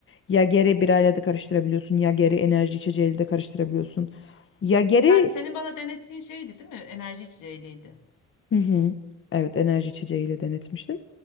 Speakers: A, on the left; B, on the left.
A: Yager'i birayla da karıştırabiliyorsun. Yager'i enerji içeceğiyle de karıştırabiliyorsun. Yager'i
B: Sen, senin bana denettiğin şeydi değil mi? Enerji içeceğiydi.
A: hı hı, evet enerji içeceğiyle denetmiştim.